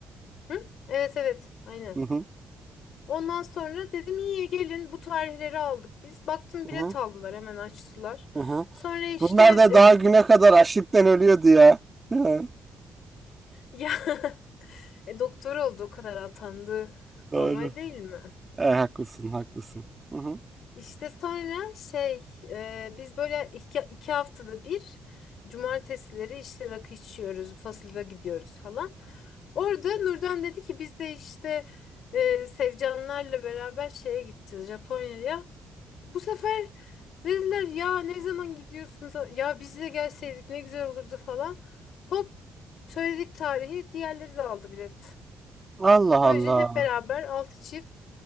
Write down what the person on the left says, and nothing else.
hı? Evet evet aynen.
Ondan sonra dedim iyi gelin bu tarihleri aldık biz. Baktım bilet
aldılar hemen açtılar.
Sonra işte
Ya <laughs> e, doktor oldu o kadar atandı.
Normal değil mi?
İşte sonra şey e, biz böyle iki, iki haftada bir cumartesileri işte rakı içiyoruz, fasıla gidiyoruz falan. Orada Nurden dedi ki biz de işte e, Sevcanlarla beraber şeye gideceğiz Japonya'ya. Bu sefer dediler ya ne zaman gidiyorsunuz? Ya biz de gelseydik ne güzel olurdu falan. Hop söyledik tarihi diğerleri de aldı bilet.
Böylece
hep beraber altı çift